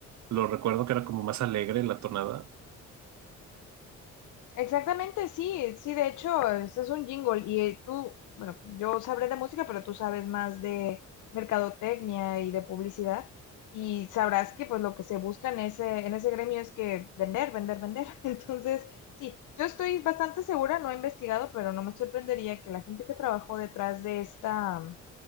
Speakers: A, on the right (about 65°); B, on the left (about 80°).
A: lo recuerdo que era como más alegre la tonada.
B: Exactamente, sí, sí, de hecho, este es un jingle y eh, tú, bueno, yo sabré de música, pero tú sabes más de mercadotecnia y de publicidad y sabrás que pues lo que se busca en ese, en ese gremio es que vender, vender, vender. <laughs> Entonces, sí, yo estoy bastante segura, no he investigado, pero no me sorprendería que la gente que trabajó detrás de esta,